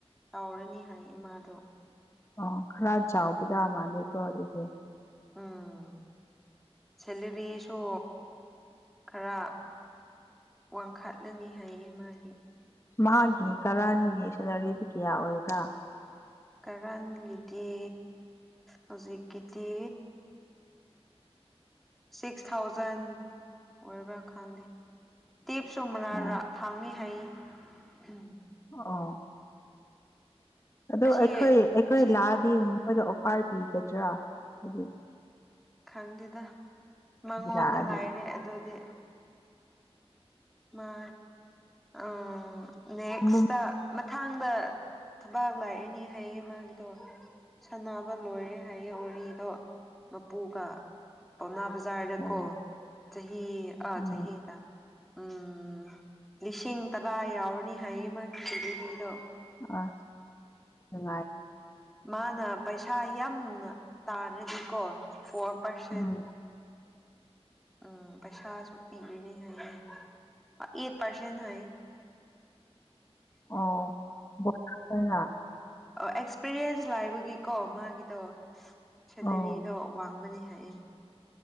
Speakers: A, in the centre; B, on the left.
A: ꯇꯥꯎꯔꯅꯤ ꯍꯥꯏ ꯏꯃꯥꯗꯣ
B: ꯑ ꯈꯔ ꯆꯥꯎꯕꯗ ꯃꯥꯥꯟꯂꯦꯀꯣ ꯑꯗꯨꯗꯤ
A: ꯎꯝ ꯁꯦꯂꯔꯤꯁꯨ ꯈꯔ ꯋꯥꯡꯈꯠꯂꯅꯤ ꯍꯥꯏꯌꯦ ꯃꯥꯒꯤ
B: ꯃꯥꯒꯤ ꯀꯔꯥꯟꯒꯤ ꯁꯦꯂꯔꯤꯗꯤ ꯀꯌꯥ ꯑꯣꯏꯕ꯭ꯔꯥ
A: ꯀꯔꯟꯒꯤꯗꯤ ꯍꯧꯖꯤꯛꯀꯤꯗꯤ ꯁꯤꯛꯁ ꯊꯥꯎꯖꯟ ꯑꯣꯏꯕ꯭ꯔꯥ ꯈꯪꯗꯦ ꯇꯤꯞꯁ ꯃꯔꯔꯥꯔ
B: ꯑꯣ
A: ꯐꯥꯡꯉꯤ ꯍꯥꯏꯏ ꯎꯝ
B: ꯑ ꯑꯗꯣ
A: ꯑꯁꯤ
B: ꯑꯩꯈꯣꯏ ꯑꯩꯈꯣꯏ
A: ꯑꯁꯤ
B: ꯂꯥꯛꯑꯗꯤ ꯑꯩꯈꯣꯏꯗ ꯑꯣꯐꯥꯔ ꯄꯤꯒꯗ꯭ꯔꯥ ꯍꯥꯏꯗꯤ
A: ꯈꯪꯗꯦꯗ ꯃꯉꯣꯟꯗ
B: ꯂꯥꯛꯑꯗꯤ
A: ꯂꯥꯏꯔꯦ ꯑꯗꯨꯗꯤ ꯃꯥ ꯑꯣ ꯅꯦꯛꯁꯇ
B: ꯎꯝ
A: ꯃꯊꯥꯡꯗ ꯊꯕꯥꯛ ꯂꯥꯛꯑꯅꯤ ꯍꯥꯏꯌꯦ ꯃꯥꯒꯤꯗꯣ ꯁꯥꯟꯅꯕ ꯂꯣꯏꯔꯦ ꯍꯥꯏꯌꯦ ꯍꯧꯔꯤ ꯃꯄꯨꯒ ꯄꯥꯎ <unintelligible>
B: ꯑꯣ
A: ꯀꯣ ꯆꯍꯤ ꯑ
B: ꯎꯝ
A: ꯆꯍꯤꯗ ꯎꯝ ꯂꯤꯁꯤꯡ ꯇꯔꯥ ꯌꯥꯎꯔꯅꯤ ꯍꯥꯏꯌꯦ ꯃꯥꯒꯤ ꯀꯦꯕꯤꯗꯣ
B: ꯑ ꯉꯥꯏ
A: ꯃꯥꯅ ꯄꯩꯁꯥ ꯌꯥꯝꯅ ꯇꯥꯔꯗꯤꯀꯣ ꯐꯣꯔ ꯄꯔꯁꯦꯟ
B: ꯎꯝ
A: ꯎꯝ ꯄꯩꯁꯥꯁꯨ ꯄꯤꯒꯅꯤ ꯍꯥꯏꯌꯦ ꯑꯦ ꯄꯥꯁꯦ ꯅ ꯍꯥꯏꯣꯏ
B: ꯑꯣꯅ
A: ꯑꯣ ꯑꯦꯛꯁꯄꯤꯔꯤꯌꯦꯟꯁ ꯂꯥꯏꯕꯒꯤꯀꯣ ꯃꯥꯒꯤꯗꯣ ꯁꯦꯂꯔꯤꯗꯣ
B: ꯑꯣ
A: ꯋꯥꯡꯕꯅꯦ ꯍꯥꯏꯌꯦ